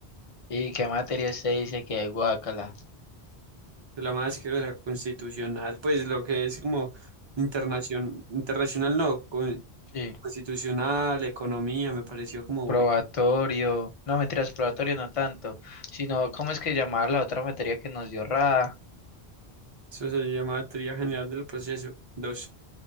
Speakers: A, on the left (about 40°); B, on the right (about 30°).
A: ¿Y qué materia usted dice que es guácala?
B: Pero la más asquerosa, constitucional, pues lo que es como internacional, internacional no, con
A: Sí,
B: Constitucional, economía, me pareció como,
A: probatorio.
B: uy,
A: No, mentiras, probatorio no tanto, sino ¿cómo es que llamar la otra materia que nos dio Rada?
B: eso se llama teoría general del proceso. Dos.